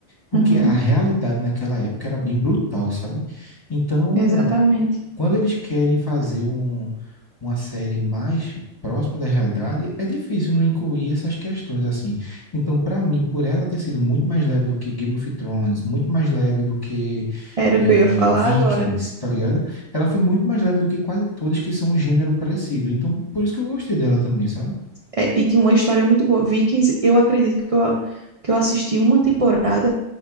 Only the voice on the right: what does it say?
Uhum,
exatamente.
Era
o que eu ia falar
agora.
É, e tinha uma história muito boa. Vikings, eu acredito que eu, que eu assisti uma temporada.